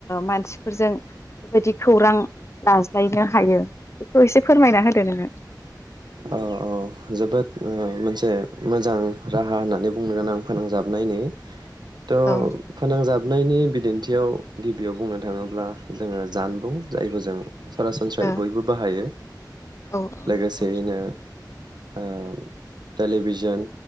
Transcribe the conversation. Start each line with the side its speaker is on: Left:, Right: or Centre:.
Left: मानसिफोरजों बेबायदि खौरां लाज्लायनो हायो बेखौ एसे फोरमायना होदो नोङो
Right: औ औ जोबोद ओ मोनसे मोजां राहा होननानै बुंनो गोनांं फोनांजाबनायनि थ'
Left: औ
Right: फोनां जाब हाबनायनि बिदिन्थियाव गिबियाव बुंनो थाङोब्ला जोङो जानबुं जायखौ जों सरासनस्रायै
Left: औ
Right: बयबो बाहायो
Left: औ
Right: लोगोसेयैनो
Left: नंगौ
Right: ओ टेलिभिजन